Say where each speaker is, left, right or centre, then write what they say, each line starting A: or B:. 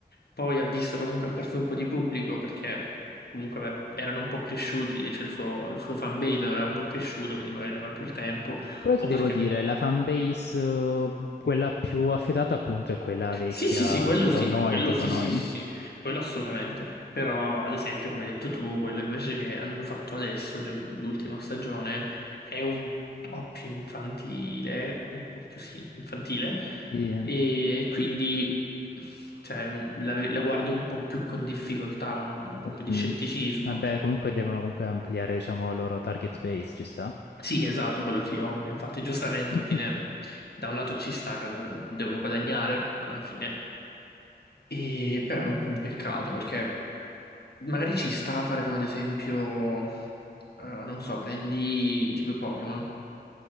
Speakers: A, on the left; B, on the left.
A: Poi ha visto che comunque ha perso un po' di pubblico perché comunque beh, erano un po' cresciuti, cioè il suo, il suo fanbase era un po' cresciuto, quindi magari non aveva più il tempo,
B: Però ti
A: o perché
B: devo dire, la fanbase, eh, quella più affidata appunto è quella vecchia,
A: Sì, sì, sì, quello sì,
B: o noi,
A: quello
B: tipo
A: sì,
B: noi.
A: sì, sì, sì, quello assolutamente. Però, ad esempio, come hai detto tu, quello invece che hanno fatto adesso, le- l'ultima stagione, è un po' più infantile, un po' più sì, infantile,
B: Sì. eh.
A: e quindi, cioè, la, ve- la guardi un po' più con difficoltà, un, un po'
B: Mhm.
A: più di scetticismo.
B: Vabbè, comunque devono comunque ampliare, diciamo, il loro target base, ci sta.
A: Sì, esatto, quello sì, ovvio. Infatti, giustamente,
B: <clears throat>
A: alla fine, da un lato ci sta, che la- devono guadagnare, alla fine. E- però è un po' un peccato perché Magari ci sta a fare come ad esempio, eh, non so, prendi tipo i Pokémon.